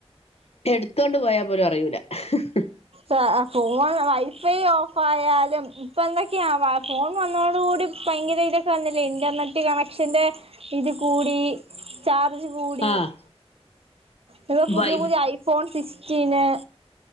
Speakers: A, on the left; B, on the right.
A: എടുത്തോണ്ട് പോയാപോലും അറിയൂല ഹ് ഹ് ഹ്
B: ആഹ് ആഹ് ഫോൺല് വൈഫൈ ഓഫായാലും ഇപ്പൊന്തൊക്കെയാ വാർ ഫോൺ വന്നോടുകൂടി ഭയങ്കര ഇതൊക്കെവന്നില്ലേ ഇൻ്റർനെറ്റ് കണക്ഷൻ്റെ ഇത് കൂടി ചാർജ് കൂടി
A: ആഹ്
B: ഇപ്പ പുതിയ
A: വൈഫ്
B: പുതിയ ഐ ഫോൺ സിക്സ്റ്റീന്